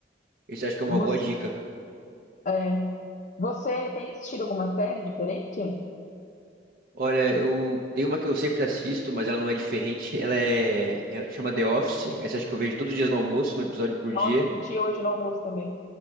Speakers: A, on the right; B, on the left.
A: Esse acho que é uma
B: Você
A: boa dica.
B: É. Você tem assistido alguma série diferente?
A: Olha, eu tenho uma que eu sempre assisto, mas ela não é diferente. <laughs> Ela é, é- chama The Office. Essa acho que eu vejo todos os dias no almoço, um episódio por
B: Nossa,
A: dia.
B: assisti hoje no almoço também.